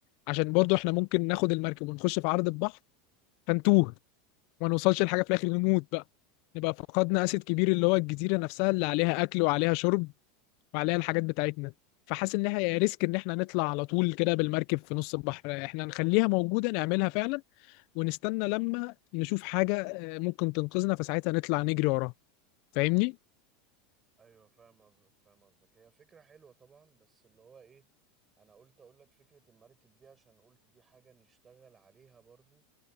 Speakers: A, on the left; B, on the right.
A: عشان برضو احنا ممكن ناخد المركب ونخش في عرض البحر فنتوه وما نوصلش لحاجة في الاخر نموت بقى نبقى فقدنا اسد كبير اللي هو الجزيرة نفسها اللي عليها اكل وعليها شرب وعليها الحاجات بتاعتنا فحاسس ان هي ريسك ان احنا نطلع على طول كده بالمركب في نص البحر احنا نخليها موجودة نعملها فعلا ونستنى لما نشوف حاجة آه، ممكن تنقذنا فساعتها نطلع نجري وراها فاهمني؟
B: ايوه فاهم قصدك فاهم قصدك هي فكره حلوه طبعا بس اللي هو ايه انا قلت اقول لك فكره المركب دي عشان قلت دي حاجه نشتغل عليها برضو